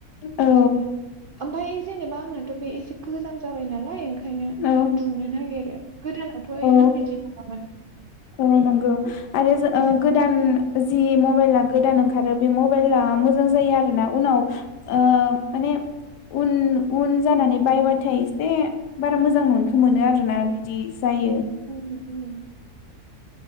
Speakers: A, on the left; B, on the right.
A: औ
B: ओम ओमफाय जेनेबा आंङो थ' बे एसे गोजाम जाबाय नालाय ओंखायनो
A: औ
B: दा दुंनो नागिरो गोदानावथ'
A: औ
B: इमान बिदि नङामोन।
A: औ नंगौ आरो जो ओ गोदान जि मबाइला गोदान ओंखारो बे मबाइला मोजां जायो आरोना उनाव ओ माने उन उन जानानै बायबाथाय एसे बारा मोजां नङैखौ मोनो आरोना बिदि जायो।
B: <unintelligible> उम